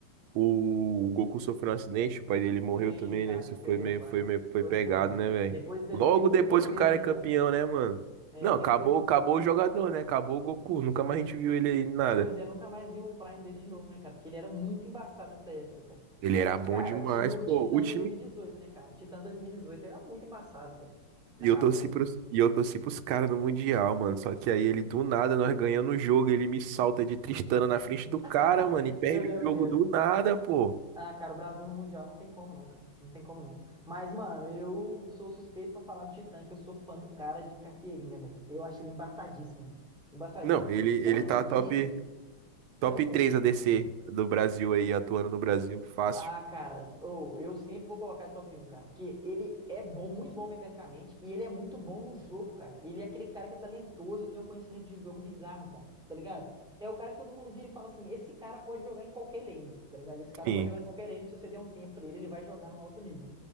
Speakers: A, on the right (about 90°); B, in the centre.
A: O Goku sofreu um acidente, o pai dele morreu
B: eu lembro,
A: também,
B: cara,
A: né? Isso
B: que ele
A: foi
B: perdeu
A: meio,
B: o pai.
A: foi meio, foi
B: Foi
A: pegado,
B: foda.
A: né, velho?
B: Depois dali
A: Logo
B: ele não
A: depois
B: foi o
A: que
B: mesmo,
A: o cara
B: né,
A: é campeão,
B: cara?
A: né, mano?
B: É,
A: Não, acabou,
B: depois,
A: acabou o jogador, né? Acabou o Goku. Nunca mais a gente viu ele aí, nada.
B: pois é, nunca mais vi o Prime dele de novo, né, cara? Porque ele era muito embaçado dessa época, cara.
A: Ele
B: Só
A: era
B: que,
A: bom
B: cara,
A: demais,
B: tinha o
A: pô.
B: Titã
A: O time.
B: dois mil e dezoito né, cara? O Titã 2018 era muito embaçado, velho. Na
A: E
B: Kabum.
A: eu torci pros, e eu torci pros caras no Mundial, mano. Só que aí ele, do nada, nós ganhando o jogo, ele me salta de Tristana na frente do
B: <laughs>
A: cara, mano, e perde
B: Eu lembro
A: o jogo
B: desse.
A: do nada, pô.
B: Ah, cara, o Brasil no Mundial não tem como não, cara. Não tem como não. Mas, mano, eu sou suspeito pra falar do Titã, que eu sou fã do cara de carteirinha, velho. Eu acho ele embaçadíssimo, mano. Embaçadíssimo.
A: Não, ele,
B: Tanto
A: ele tá
B: que,
A: top, top
B: tanto
A: 3 ADC do Brasil aí, atuando no Brasil. Fácil.
B: Ah, cara, ou eu sempre vou colocar ele top um, cara, porque ele é bom, muito bom mecanicamente e ele é muito bom no jogo, cara. Ele é aquele cara que é talentoso e tem um conhecimento de jogo bizarro, cara, tá ligado? É o cara que todo mundo vira e fala assim: esse cara pode jogar em qualquer lane, tá ligado? Esse cara
A: Sim.
B: pode jogar em qualquer lane que se você der um tempo pra ele, ele vai jogar num alto nível.